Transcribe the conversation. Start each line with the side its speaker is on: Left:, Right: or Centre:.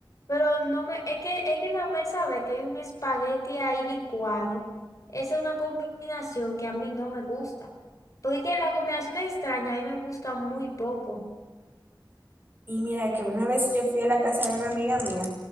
Left: Pero no me, es que, es que nada más saber que hay un espagueti ahí licuado, esa es una combinación que a mí no me gusta. Porque es que la combinación extraña a mí me gusta muy poco.
Right: Y mira que una vez yo fui a la casa de una amiga mía,